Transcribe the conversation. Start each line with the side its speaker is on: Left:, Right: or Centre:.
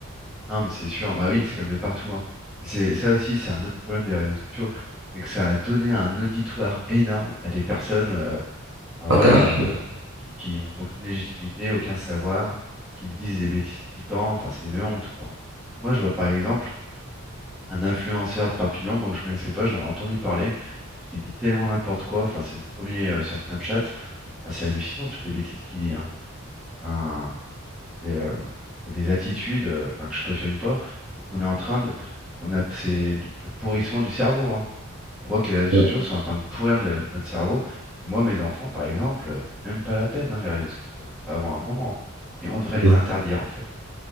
Centre: Non mais c'est sûr, bah oui, c'est comme de partout, hein. Et c'est ça aussi, c'est un autre problème des réseaux sociaux, c'est que ça a donné un auditoire énorme à des personnes. euh, Enfin,
Right: pas
Centre: voilà,
Right: qualifiées.
Centre: euh, qui, qui n'ont aucune légitimité, aucun savoir, qui te disent des bêtises tout le temps. Enfin, c'est une honte, quoi. Moi, je vois par exemple un influenceur de Perpignan, moi que je connaissais pas, j'en ai entendu parler, parce qu'il dit tellement n'importe quoi. Enfin, c'est le premier euh, sur Snapchat. Enfin, c'est hallucinant toutes les bêtises qu'il dit. Hein. Enfin, et, euh, il des attitudes euh, enfin, que je cautionne pas. On est en train de, on a, c'est le pourrissement du cerveau. hein. On voit que les réseaux sociaux
Right: Ouais,
Centre: sont en train de pourrir no- notre cerveau. Et moi, mes enfants, par exemple, euh, c'est même pas la peine, hein, les réseaux sociaux, hein, pas avant un moment. hein. Mais on devrait les
Right: ouais.
Centre: interdire, en fait.